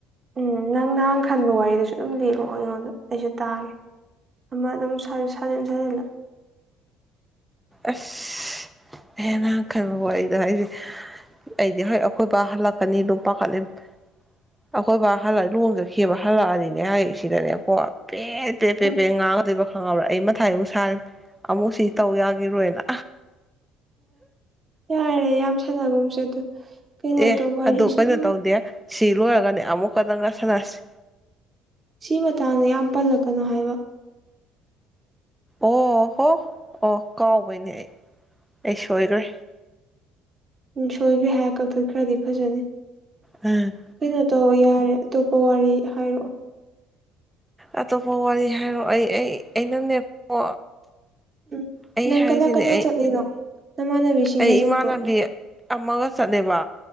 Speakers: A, on the right; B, in the centre.
A: ꯎꯝ ꯅꯪ ꯅꯍꯥꯟ ꯈꯟꯕ ꯋꯥꯔꯤꯗꯨꯁꯨ ꯑꯗꯨꯝ ꯂꯤꯔꯛꯑꯣ ꯑꯩꯉꯣꯟꯗ, ꯑꯩꯁꯨ ꯇꯥꯒꯦ꯫ ꯑꯃ ꯑꯗꯨꯝ ꯁꯥ-ꯁꯥꯖꯤꯟ ꯁꯥꯖꯤꯜꯂꯨ꯫
B: ꯑꯁ ꯑꯩꯅ ꯅꯍꯥꯟ ꯈꯟꯕ ꯋꯥꯔꯤꯗꯣ ꯍꯥꯏꯁꯦ ꯑꯩꯗꯤ ꯍꯣꯏ ꯑꯩꯈꯣꯏꯕꯥ ꯍꯜꯂꯛꯀꯅꯤ ꯗꯨꯝ ꯄꯥꯈꯠꯂꯦꯕ ꯑꯈꯣꯏ ꯕꯥ ꯍꯜꯂꯛ ꯂꯨꯍꯧꯡ ꯆꯠꯈꯤꯕ ꯍꯜꯂꯛꯑꯗꯤꯅꯦ ꯍꯥꯏ ꯁꯤꯗꯅꯦꯀꯣ ꯄꯦꯠ ꯄꯦꯠ ꯄꯦꯠ
A: ꯎꯝ
B: ꯄꯦ ꯉꯥꯡꯒꯗꯣꯏꯕ ꯈꯪꯉꯕ꯭ꯔ ꯑꯩ ꯃꯊꯥ ꯑꯃꯨꯛ ꯁꯥꯔꯦ ꯑꯃꯨꯛ ꯁꯤ ꯇꯧ ꯌꯥꯒꯤꯔꯣꯏꯅ
A: ꯑꯣ ꯌꯥꯔꯦ ꯌꯥꯝ ꯁꯥꯟꯅꯒꯨꯝꯁꯦ ꯑꯗꯨ ꯀꯩꯅꯣ
B: ꯑꯦ
A: ꯇꯧ ꯋꯥꯔꯤ
B: ꯑꯗꯨ
A: ꯁꯨꯝ
B: ꯀꯩꯅꯣ ꯇꯧꯗꯦ ꯁꯤ ꯂꯣꯏꯔꯒꯅꯦ ꯑꯃꯨꯛꯀ ꯅꯪꯒ ꯁꯥꯟꯅꯁꯤ
A: ꯁꯤ ꯃꯇꯥꯡꯗ ꯌꯥꯝ ꯄꯜꯂꯛꯀꯅꯣ ꯍꯥꯏꯕ꯫
B: ꯑꯣ ꯍꯣ ꯑꯣ ꯀꯥꯎꯕꯩꯅꯦ ꯑꯩ꯫ ꯑꯩ ꯁꯣꯏꯒ꯭ꯔꯦ꯫
A: ꯎꯝ ꯁꯣꯏꯒ꯭ꯔꯦ ꯍꯥꯏꯔ ꯀꯛꯊꯠꯈ꯭ꯔꯗꯤ ꯐꯖꯅꯤ꯫
B: ꯑ
A: ꯀꯩꯅꯣ ꯇꯧ ꯌꯥꯔꯦ ꯑꯇꯣꯞꯄ ꯋꯥꯔꯤ ꯍꯥꯏꯔꯛꯑꯣ꯫
B: ꯑꯇꯣꯞꯄ ꯋꯥꯔꯤ ꯍꯥꯏꯔꯣ ꯑꯩ ꯑꯩ ꯑꯩ ꯅꯪꯅꯦꯀꯣ
A: ꯎꯝ
B: ꯑꯩ
A: ꯅꯪ
B: ꯍꯥꯏꯁꯤꯅꯦ
A: ꯀꯅꯥ ꯀꯅꯥ
B: ꯑꯩ
A: ꯆꯠꯂꯤꯅꯣ ꯅꯃꯥꯟꯅꯕꯤꯁꯤꯡꯒ
B: ꯑꯩ
A: ꯆꯠꯄ꯭ꯔꯣ
B: ꯏꯃꯥꯟꯅꯕꯤ ꯑꯃꯒ ꯆꯠꯂꯦꯕ꯫